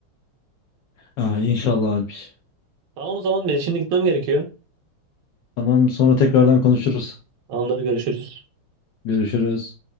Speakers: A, on the left; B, on the right.
A: Aa, inşallah Alpiş.
B: Tamam o zaman ben şimdi gitmem gerekiyor.
A: Tamam sonra tekrardan konuşuruz.
B: Anları görüşürüz.
A: Görüşürüz.